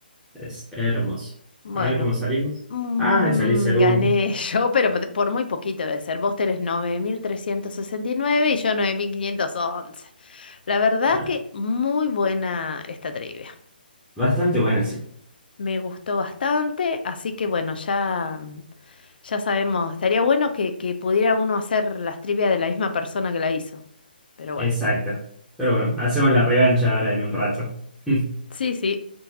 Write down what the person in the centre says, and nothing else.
Es hermoso.
A ver cómo salimos.
Ah, y salí segundo.
Ah,
bastante buena, sí.
Exacto. Pero bueno, hacemos la revancha ahora en un rato. <laughs>